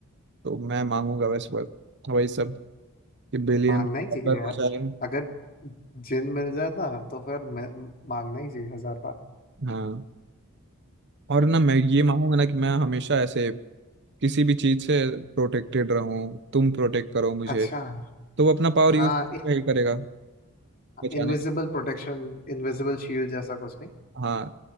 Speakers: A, on the right; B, on the left.
A: तो मैं मांगूंगा वैसे बस वही सब कि बिलियन
B: मांगना
A: डॉलर
B: ही चाहिए यार
A: हो जाए
B: अगर जिन मिल जाए ना तो फिर मैं- मांगना ही चाहिए हजार बार
A: हाँ और ना मैं ये मांगूंगा ना कि मैं हमेशा ऐसे किसी भी चीज से प्रोटेक्टेड रहूं तुम प्रोटेक्ट करो मुझे
B: अच्छा
A: तो वो अपना पावर
B: हाँ
A: यूज करेगा बचाने
B: Invisible protection इनविजिबल शील्ड जैसा कुछ नहीं
A: हाँ